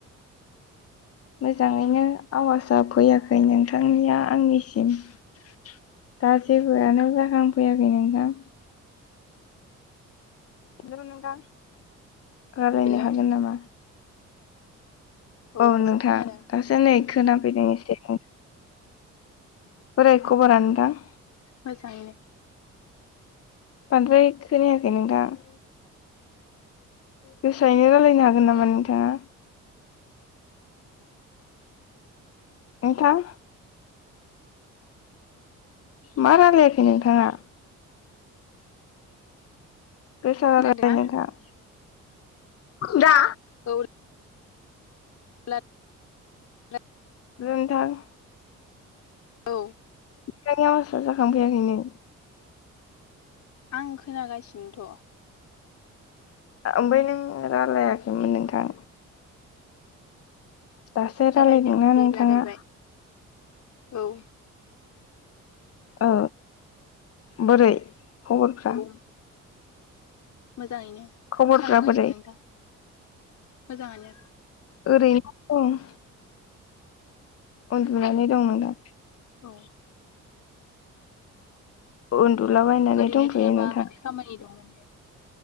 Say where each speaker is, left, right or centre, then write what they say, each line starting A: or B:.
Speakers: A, on the left; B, on the left.
A: मोजाङैनो आवाजा फैयाखै नोंथांनिया आंनिसिम दा जेबोआनो जाखांफैयाखै नोंथां। हेलौ‌ नोंतां रालायनो
B: हेलौ
A: हागोन नामा? औ
B: दासो
A: नोंथां
B: खोनादों
A: दासो नै खोनाफैदों ए <unintelligible> बोरै खब'रा नोंथां?
B: मोजाङैनो
A: बांद्राय खोनायाखै नोंथां गोसायैनो रायलायनो हागोन नामा नोंथाङा? नोंथां मा रालायाखै नोंथाङा? गोसा <unintelligible>
B: खोनादोंना
A: नोंथां दा
B: औ <unintelligible>
A: हेल' नोंथां
B: औ
A: <unintelligible> आवासा जाखांफैयाखैनो
B: आं खोनागासिनोथ'।
A: ओमबाय नों रालायाखैमोन नोंथां। दासो
B: रायलायदों
A: रालायदोंना
B: दे
A: नोंथाङा।
B: रायलायबाय औ
A: ओ बोरै? खब'रफ्रा
B: औ मोजाङैनो।
A: खबरफ्रा
B: मा खालामगासिनो
A: बोरै
B: नोंथां? मोजां आनो।
A: ओरैनो दं। उन्दुनानै दं नोंदां
B: औ
A: उन्दुलाबायनानै
B: ओरैनो
A: दंथ'यो
B: थायाबा
A: नोंथां
B: माथो खामानि दं दे